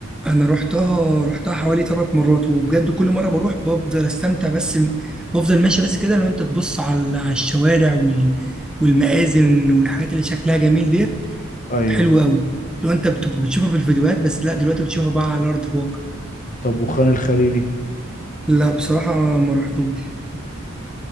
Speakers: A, in the centre; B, on the left.
A: انا روحتها روحتها حوالي ثلاث مرات وبجد كل مره بروح بفضل استمتع بس م- بفضل ماشي بس كده لو انت تبص على على الشوارع وال... والمآذن والحاجات اللي شكلها جميل ديت
B: ايوه
A: حلوه قوي لو انت بت- بتشوفها في الفيديوهات بس لا دلوقتي بتشوفها بقى على ارض الواقع
B: طب وخان الخليلي
A: لا بصراحة ما رحتوش